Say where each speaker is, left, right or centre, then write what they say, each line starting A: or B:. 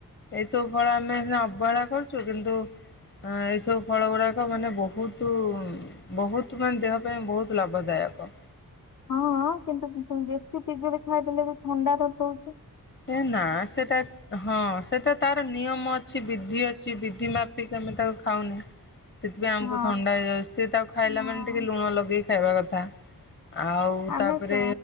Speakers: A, on the left; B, on the left.
A: ଏଗ ସବୁ ଫଳ ଆମେ ହିନା ଅବହେଳା କରୁଚୁ କିନ୍ତୁ ଅଁ ଏଇ ସବୁ ଫଳ ଗୁଡ଼ାକ ମାନେ ବହୁତୁ ବହୁତ ମାନେ ଦେହ ପାଇଁ ବହୁତ ଲାଭଦାୟକ।
B: ହଁ ହଁ କିନ୍ତୁ ପି ବେଶୀ ପିଜୁଳି ଖାଇଦେଲେ ବି ଥଣ୍ଡା ଧର ଦଉଛି।
A: ଏଁ ନାଁ ସେଟା ହଁ ସେଟା ତାର ନିୟମ ଅଛି ବିଧି ଅଛି ବିଧି ମାପିକି ଆମେ ତାକୁ ଖାଉନେ। ସେଥିପାଇଁ ଆମକୁ
B: ହଁ
A: ଥଣ୍ଡା ହେଇଯାଉ ସିଏ ତାକୁ ଖାଇଲା
B: ହଁ
A: ମାନେ ଟିକେ ଲୁଣ ଲଗେଇ ଖାଇବା କଥା। ଆଉ
B: ଆମେ
A: ତାପରେ
B: ସେ